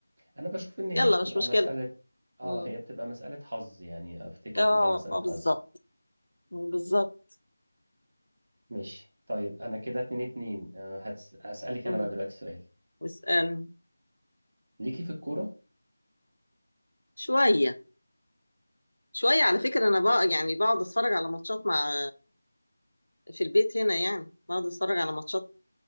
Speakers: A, on the right; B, on the left.
A: انا بشوف ان هي
B: يلا
A: بتبقى
B: مش مشكله
A: مسألة اه
B: مم.
A: هي بتبقى مسألة حظ يعني افتكر
B: اه
A: ان هي مسألة
B: اه بالظبط
A: حظ
B: بالظبط
A: ماشي طيب انا كده اتنين اتنين آه، هتس- هسألك انا
B: مم.
A: بقى دلوقتي سؤال
B: اسأل
A: ليكي في الكورة
B: شويه شويه على فكره انا بقى يعني بقعد اتفرج على ماتشات مع في البيت هنا يعني بقعد اتفرج على ماتشات